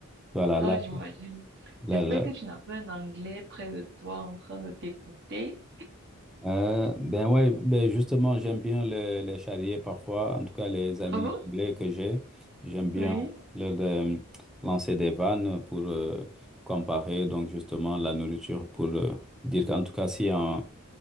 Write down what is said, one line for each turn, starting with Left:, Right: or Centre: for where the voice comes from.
Centre: voilà,
Right: Oh,
Centre: là,
Right: j'imagine.
Centre: là,
Right: J'espère
Centre: là,
Right: que tu n'as pas un anglais près de toi en train de t'écouter.
Centre: Euh, ben ouais, ben justement, j'aime bien le- les charriers parfois, en tout cas les amis
Right: Ah bon?
Centre: anglais que j'ai. J'aime bien
Right: Oui,
Centre: leur euh, lancer des vannes pour euh, comparer donc justement la nourriture pour euh, dire qu'en tout cas, si un-